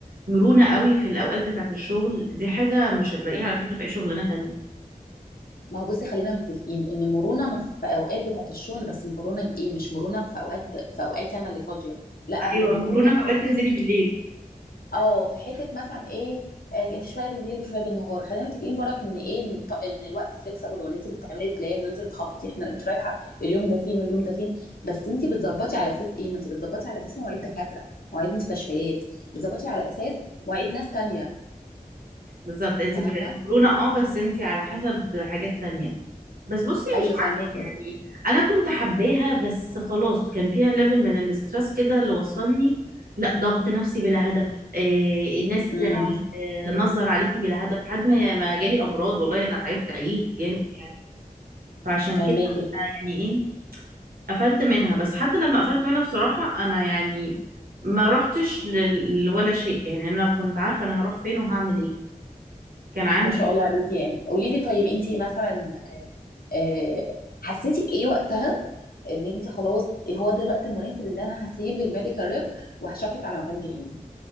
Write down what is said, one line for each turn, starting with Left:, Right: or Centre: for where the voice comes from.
Right: مرونة قوي في الاوقات بتاعة الشغل دي حاجة مش هتلاقيها على فكرة في اي شغلانة تانية
Left: ما هو بصي خلينا متفقين ان مرونه ما في اوقات بتاعه الشغل بس مرونه بايه مش مرونه في اوقات في اوقاتي انا اللي فاضيه لا هي
Right: ايوه
Left: مرونه
Right: مرونة في
Left: في
Right: اوقات
Left: حته
Right: تنزلي بالليل
Left: اه في حته مثلا ايه آه انت شويه بالليل وشويه بالنهار خلينا متفقين براك ان ايه ان, الط... ان الوقت فليكسبل وان انت اللي بتعملي البلان وان انت اللي بتخططي احنا انت رايحه اليوم ده فين واليوم ده فين بس انت بتظبطي على اساس ايه ما انت بتظبطي على اساس مواعيد دكاتره مواعيد مستشفيات بتظبطي على اساس مواعيد ناس تانية
Right: بالظبط انت
Left: فاهمه
Right: مقرونه اه بس انت على حسب حاجات تانية بس بصي
Left: ايوه
Right: مش عارفه
Left: فاهماكي
Right: يعني انا كنت حباها بس خلاص كان فيها ليفل من الاسترس كده اللي وصلني لا ضغط نفسي بلا هدف إيه الناس
Left: امم
Right: ت- آه، تنظر عليكي بلا هدف لحد ما ما جالي امراض والله انا تعبت عيد جامد يعني فعشان
Left: فاهماكي
Right: كده أنا يعني ايه قفلت منها بس حتى لما قفلت منها بصراحه انا يعني ما رحتش لل- لولا شيء يعني انا كنت عارفه انا هروح فين وهعمل ايه كان عندي
Left: ما شاء الله عليكي يعني قولي لي طيب انت مثلا آه، آه، حسيتي بايه وقتها ان انت خلاص هو ده الوقت المناسب اللي انا هسيب الميديكال ريب وهشفت على مكان تاني